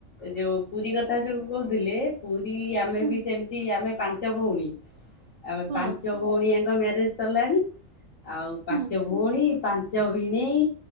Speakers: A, on the left; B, on the right.
A: ଯୋଉ ପୁରୀ କଥା ଯୋଉ କହୁଥିଲେ ପୁରୀ ଆମେ
B: ହୁଁ,
A: ବି ସେମିତି ଆମେ ପା ପାଞ୍ଚ ଭଉଣୀ ଆମ
B: ହଁ
A: ପାଞ୍ଚ ଭଉଣୀଜାଙ୍କ ମ୍ୟାରେଜ ସରିଲାଣି ଯେ ଆଉ ପାଞ୍ଚ
B: ହୁଁ
A: ଭଉଣୀ ପା ପାଞ୍ଚ ଭିଣେଇ